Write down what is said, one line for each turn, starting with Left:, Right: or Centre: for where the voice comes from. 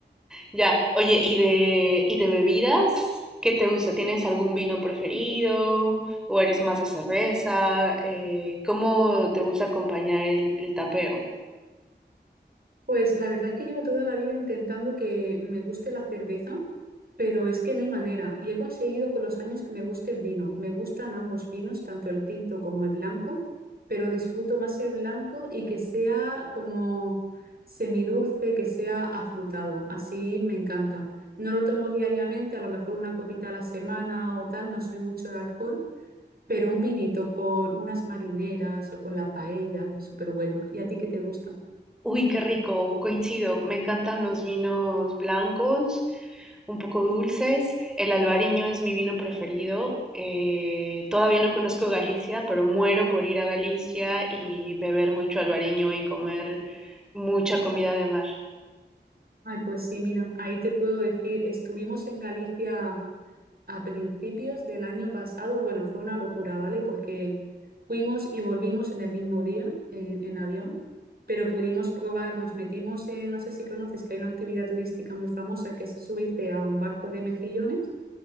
Centre: Ya, oye, ¿y de, y de bebidas? ¿Qué te gusta? ¿Tienes algún vino preferido? ¿O eres más de cerveza? Eh, ¿cómo te gusta acompañar el, el tapeo?
Right: Pues la verdad es que llevo toda la vida intentando que me guste la cerveza, pero es que no hay manera. Y he conseguido con los años que me guste el vino. Me gustan ambos vinos, tanto el tinto como el blanco, pero disfruto más el blanco y que sea como semidulce, que sea afrutado. Así me encanta. No lo tomo diariamente, a lo mejor una copita a la semana o tal, no soy mucho de alcohol, pero un vinito con unas marineras o con la paella, súper bueno. ¿Y a ti qué te gusta?
Centre: Uy, qué rico, coincido. Me encantan los vinos blancos, un poco dulces. El albariño es mi vino preferido. Eh, todavía no conozco Galicia, pero muero por ir a Galicia y beber mucho albariño y comer mucha comida de mar.
Right: Ay, pues sí, mira, ahí te puedo decir, estuvimos en Galicia a principios del año pasado, bueno, fue una locura, ¿vale? Porque fuimos y volvimos en el mismo día en, en avión, pero pudimos probar, nos metimos en, no sé si conoces, que hay una actividad turística muy famosa que es subirte a un barco de mejillones